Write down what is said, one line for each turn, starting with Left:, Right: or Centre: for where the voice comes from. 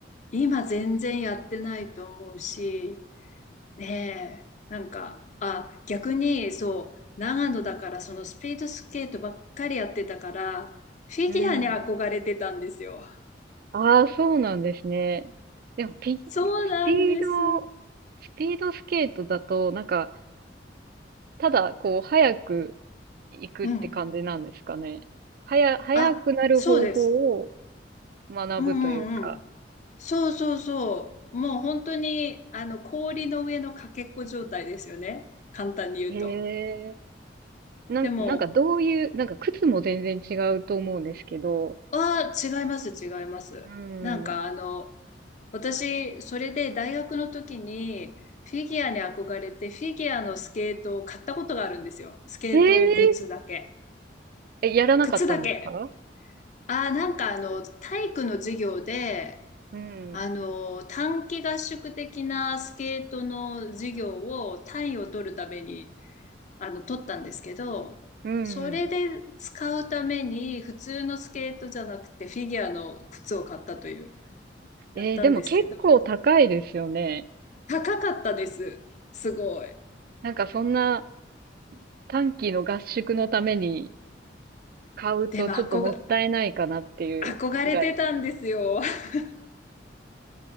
Left: 今全然やってないと思うし、ねえ、なんか、あ、逆に、そう、長野だから、そのスピードスケートばっかりやってたから、フィギュアに憧れてたんですよ。
Right: うん。ああ、そうなんですね。でも、ピ、スピード、
Left: そうなんです。
Right: スピードスケートだと、なんか、ただ、こう、速く行くって感じなんですかね。
Left: うん。
Right: はや、速くなる方法を
Left: あ、そうです。
Right: 学ぶというか。
Left: うんうんうん。そうそうそう。もう本当に、あの、氷の上のかけっこ状態ですよね。簡単に言うと。
Right: へえ。なん、
Left: でも、
Right: なんかどういう、なんか靴も全然違うと思うんですけど。
Left: ああ、違います、違います。
Right: うん。
Left: なんか、あの、私、それで大学の時にフィギュアに憧れて、フィギュアのスケートを買ったことがあるんですよ。スケートグッズだけ。
Right: えええ、やらなかったんですか
Left: 靴だけ。ああ、なんかあの、体育の授業で、
Right: うん。
Left: あの、短期合宿的なスケートの授業を単位を取るために、あの、取ったんですけど、
Right: うんうん。
Left: それで使うために普通のスケートじゃなくてフィギュアの靴を買ったという、やったんですけど、
Right: えー、でも結構高いですよね。
Left: 高かったです。すごい。
Right: なんかそんな短期の合宿のために買うとちょっともったいないかなっていうぐらい。
Left: でも憧れ憧れてたんですよ。<laughs>